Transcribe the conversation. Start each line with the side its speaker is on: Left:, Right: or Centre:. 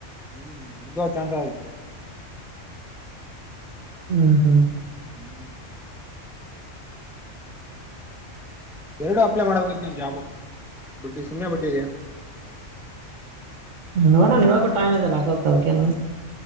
Centre: ಹ್ಮ್ ಮು ಚಟ
Right: ಹ್ಮ್ ಹ್ಮ್
Centre: ಹ್ಮ್ ಎರಡು ಅಪ್ಲೈ ಮಾಡ್ಬೇಕಿತ್ತು ನನ್ ಜಾಬು ಬಿಟ್ಟಿ ಸುಮ್ಮನೆ ಬಿಟ್ಟಿದ
Right: ನೋಡಣ ಇವಾಗ ಟೈ್ ಇಲ್ಲಾಕಕ್ ಅದಕ್ಕೇನು